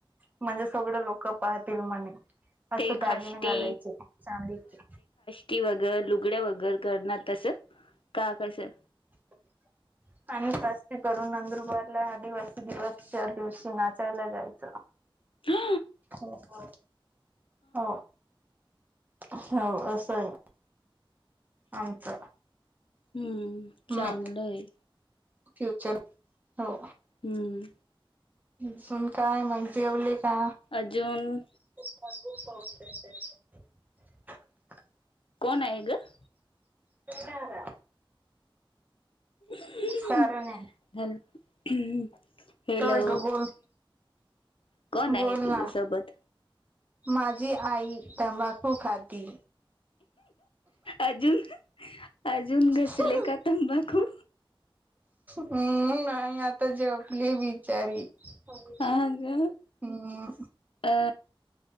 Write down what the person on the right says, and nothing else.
म्हणजे सगळं लोकं पाहतील म्हणे. असं
दागिने
घालायचे,, चांदीचे
<inaudible> आणि फस्ती करून नंदुरबारला आदिवासी दिवसच्या दिवशी नाचायला जायचं.
होका हो. हो असंय आमचं.
म
फ्युचर, हो.
अजून काय मग जेवले का?
खूप म खूप पहते त्या <unintelligible>
ते दादा..
कारण आहे
होय ग बोल
बोल
ना
माझी आई तंबाखू खाती
ह ह
हम्म नाही आता झोपली बिचारी हम्म